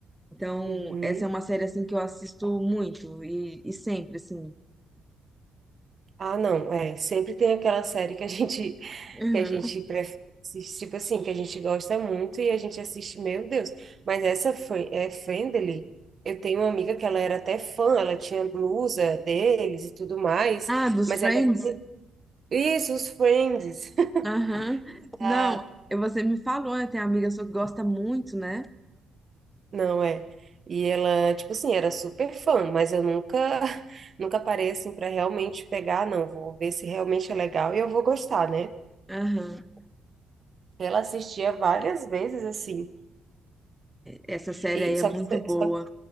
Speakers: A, in the centre; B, on the right.
A: Então,
B: uhum.
A: essa é uma série assim que eu assisto muito e, e sempre assim.
B: Ah, não, é, sempre tem aquela série que a gente <laughs>
A: Uhum.
B: que a gente prefere, assistir, tipo assim, que a gente gosta muito e a gente assiste, meu Deus. Mas essa foi é Friendly. Eu tenho uma amiga que ela era até fã, ela tinha blusa deles e tudo mais,
A: Ah, dos
B: mas
A: Friends?
B: ela isso, os Friends. <laughs>
A: Aham.
B: Ah,
A: Não, você me falou, né? Tem amiga sua que gosta muito, né?
B: não é. E ela, tipo assim, era super fã, mas eu nunca <laughs> nunca parei assim para realmente pegar, não, vou ver se realmente é legal e eu vou gostar, né?
A: Aham.
B: Ela assistia várias vezes, assim.
A: Essa série
B: E,
A: aí
B: só
A: é muito
B: que,
A: boa.
B: só,